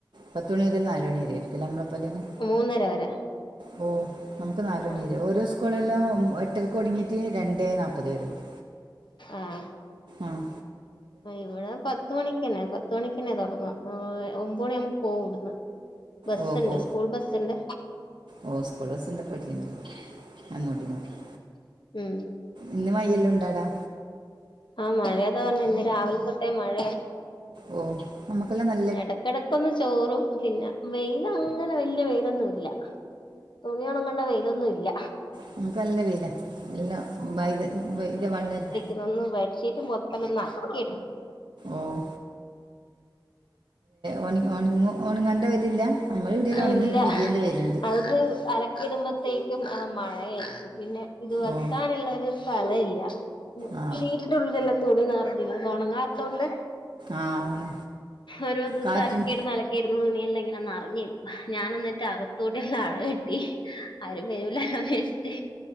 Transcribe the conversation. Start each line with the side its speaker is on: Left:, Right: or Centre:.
Right: പത്ത് മണി മുതൽ നാലുമണി വരെയിരിക്കുല്ലേ നമ്മളെപോലെ ന്നെ
Left: മൂന്നര വരെ
Right: ഓ നമ്മുക്ക് നാല്
Left: ആ
Right: മണി വരെ ഓരോ സ്കൂളിലും
Left: ആ
Right: എട്ടരക്ക് തുടങ്ങിയിട്ട് രണ്ടേ നാൽപത് വരെയും
Left: ആഹ്
Right: ആഹ്
Left: അഹ് ഇവടെ പത്ത് മണിക്ക് തന്നെ പത്ത് മണിക്ക്ന്നെ തൊടങ്ങുവാ ഒമ്പ മണി ആവുമ്പോ പോവും ഇവ്ടന്ന് ബസ്
Right: ഓ
Left: ഇണ്ട്
Right: പോ
Left: സ്കൂൾ ബസ് ഇണ്ട്
Right: ഓ സ്‌കൂള് ബസ് ണ്ട് ഇമ്പടിണ്ട് അങ്ങോട്ടും ഇങ്ങോട്ടും
Left: ഉം
Right: ഇന്ന് മയെലൊണ്ടാവ്ടാ
Left: ആഹ് മഴയതാ പറഞ്ഞ ഇന്ന് രാവിലെ തൊട്ടേ മഴ
Right: ഓ നമ്മക്കെല്ലാം ന
Left: എടക്കെടക്കൊന്ന് ചോറും പിന്ന വെയിലങ്ങനെ വല്യ വെയിലൊന്നു ഇല്ല തുണി ഒണങ്ങണ്ട വെയിലൊന്നും ഇല്ല
Right: നമ്മക്ക് നല്ല വെയ്ലാ എല്ലാം ബയ്ത ബെയ്ത വള്ളല്ലേ
Left: ഇന്നൊന്ന് ബെഡ്ഷീറ്റും മൊത്തോന്ന് അലക്കിട
Right: ആഹ് ഉണ ഉണങ്ങ ഉണങ്ങാൻ്റെ വെയിലില്ല നമ്മൾ ഇവിടെ ഉണങ്ങി
Left: ഇല്ല
Right: പിരിയേണ്ട വെയിലുണ്ട്
Left: അത് അല ക്കിട്മ്പത്തേക്കും മഴയായിരിക്കും പിന്നെ ഇത് വെക്കാന്ള്ളോരു
Right: ഓ
Left: സ്ഥലയില്ല
Right: ആ
Left: ഷീറ്റിന്റെ ഉള്ളിലെല്ലാം തുണി നെറഞ്ഞ്ന്ന് ഇത് ഒണങ്ങാത്തോണ്ട്
Right: ആ ഉണ
Left: ഓരോ ദിവസും
Right: കാറ്റും
Left: അലക്കിയിടുന്ന അലക്കിയിടുന്ന തുണിയെല്ലാം ഇങ്ങനെ നെറഞ്ഞ് ഞാനെന്നിട്ട് അകത്തോട്ള്ള അഴ കെട്ടി ആരും വരൂലല്ലോന്ന് വിചാരിച്ചിട്ട്